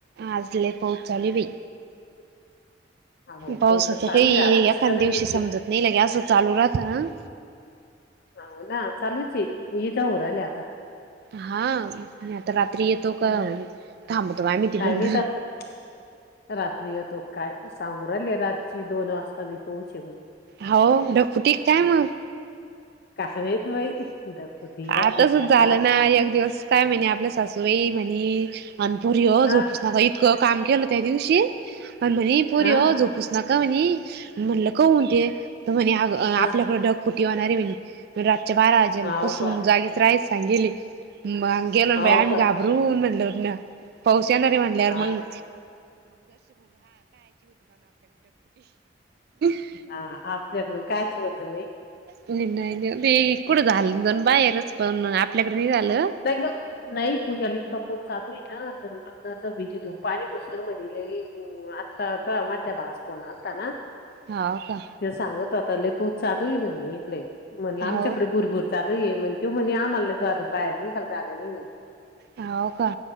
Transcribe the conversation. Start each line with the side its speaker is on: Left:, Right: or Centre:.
Right: आज लई पाऊस चालूये बे.
Left: हो
Right: पावसाचं
Left: पाऊसच चालू
Right: काही
Left: आहे आज दिसत
Right: एखादं
Left: लगे
Right: दिवशी समजत नाही लगे, असं चालू राहतं ना-
Left: हो ना, चालूच ये हे जाऊ राहीले आता.
Right: हा, आता रात्री येतो
Left: हम्म
Right: का थांबतो मा मी तीकड?
Left: काय माहित आता रात्री येतो, काय सांगू राहिली, रातची दोन वाजता मी पोहोचेल म्हणून.
Right: हो, ढग फुटी की काय मग?
Left: काय माहीत बाई? ढगफुटी राहती
Right: आता सुच
Left: का
Right: आलं
Left: काय
Right: ना एक दिवस- काय म्हणे, आपल्या सासूबाई म्हणे, अनपुरी हो
Left: हा
Right: जोपस- क काम केलं त्या दिवशी आणि म्हणे पोरी
Left: हा
Right: ओ झोप- नका म्हणे, म्हणलं का होऊन ते तर म्हणे आपल्याकड-
Left: हा
Right: फुटी होणारे म्हणे, रातच्या बारा वाजेला
Left: हाव
Right: पासून
Left: का
Right: जागीच राहाच सांग गेली, मंग - गेलो
Left: हाव
Right: बा आम्ही
Left: का
Right: घाबरुन म्हणल्यावरन पाऊस येणार ये म्हणल्यावर
Left: हा
Right: मग- <unintelligible>
Left: हा, आपल्याकडून कायच होतंच बाई.
Right: नाही, नाही मी
Left: हं.
Right: कुठं झालं जाऊन बाहेरच पण आपल्याकडे नाही झालं.
Left: नाही ग, नाही पूजालीका पोत <unintelligible> भीतीतून पाणी घुसल म्हणे, लगे आता का मधल्या भावाचा फोन आलता ना.
Right: हाव का?
Left: ते सांगत होता, लय पाऊस चालू आहे म्हणे इकडे, म्हणलं आमच्याकडे
Right: हो
Left: भुरभुर- चालू ये म्हणे, त्यो म्हणे आम्हाला घर बाहेर निघाल जाग नाही म्हणे.
Right: हाव का?